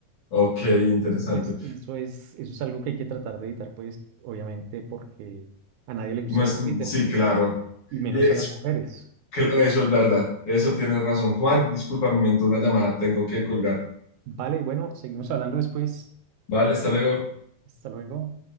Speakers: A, on the left (about 45°); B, on the right (about 75°).
A: Ok,
B: Entonces,
A: interesante.
B: pues eso es, eso es algo que hay que tratar de evitar, pues obviamente porque a nadie le gusta
A: No es,
B: que le griten,
A: sí, claro.
B: y menos
A: Y es-
B: a las mujeres.
A: cl- eso es verdad. Eso tienes razón. Juan, disculpa, me entró una llamada. Tengo que colgar.
B: Vale, bueno, seguimos hablando después.
A: Vale, hasta luego.
B: Hasta luego.